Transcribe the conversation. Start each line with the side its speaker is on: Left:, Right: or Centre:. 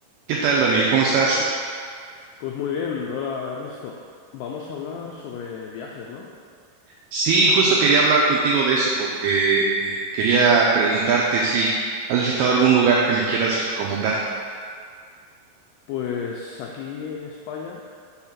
Right: ¿Qué tal, Daniel? ¿Cómo estás?
Left: Pues muy bien, hola Ernesto. Vamos a hablar sobre viajes, ¿no?
Right: Sí, justo quería hablar contigo de eso porque eh, quería preguntarte si has visitado algún lugar que me quieras recomendar.
Left: Pues aquí en España